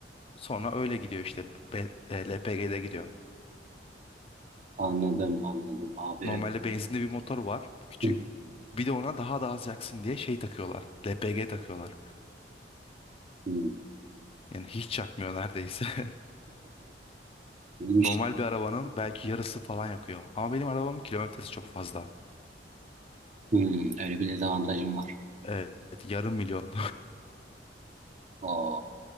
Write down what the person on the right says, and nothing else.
Anladım anladım abi.
Hı,
hı,
iyiymiş.
Hı, öyle bir dezavantajım var.
Oo,